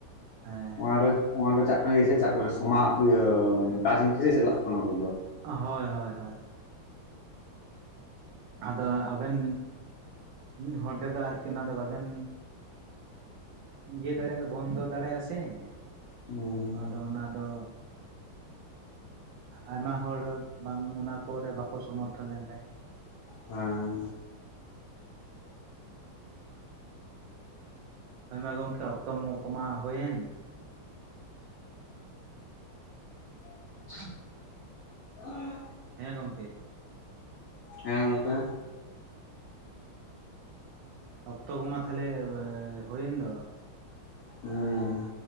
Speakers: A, on the right; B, on the left.
A: ᱦᱮᱸ
B: ᱚᱱᱟ ᱫᱚ ᱚᱱᱟ ᱫᱚ ᱪᱟᱜ ᱠᱟᱱᱟ ᱪᱟᱜ ᱠᱟᱱᱟ ᱥᱚᱢᱟ ᱤᱭᱟᱹ ᱨᱟᱡᱽᱱᱤᱛᱤ ᱥᱮ ᱪᱟᱞᱟᱜ ᱠᱟᱱᱟ ᱚᱱᱟ ᱠᱚᱫᱚ᱾
A: ᱦᱳᱭ ᱦᱳᱭ ᱦᱳᱭ ᱟᱫᱚ ᱟᱵᱮᱱ ᱢᱤᱫ ᱦᱚᱲ ᱛᱮᱫᱚ ᱟᱨᱠᱤ ᱚᱱᱟ ᱫᱚ ᱵᱟᱵᱮᱱ ᱤᱭᱟᱹ ᱫᱟᱲᱮᱜ-ᱟ ᱵᱚᱱᱫᱚ ᱫᱟᱲᱮᱜ-ᱟ ᱥᱮ ᱾
B: ᱦᱩᱸ
A: ᱟᱫᱚ ᱚᱱᱟ ᱫᱚ ᱟᱭᱢᱟ ᱦᱚᱲ ᱵᱟᱝ ᱚᱱᱟ ᱠᱚᱨᱮ ᱵᱟᱠᱚ ᱥᱚᱢᱚᱨᱛᱷᱚᱱ ᱞᱮᱱᱠᱷᱟᱡ ᱾
B: ᱦᱮᱸ
A: ᱦᱮᱸ ᱢᱟ ᱜᱚᱝᱠᱮ ᱚᱠᱛᱚ ᱠᱚᱢᱟ ᱦᱳᱭᱮᱱ
B: <inaudible>
A: ᱦᱮᱸ ᱜᱚᱝᱠᱮ ᱾
B: ᱦᱮᱸ ᱜᱚᱝᱠᱮ᱾
A: ᱚᱠᱛᱚ ᱠᱚᱢᱟ ᱛᱟᱦᱟᱞᱮ ᱦᱳᱭᱮᱱ ᱫᱚ
B: ᱦᱩᱸ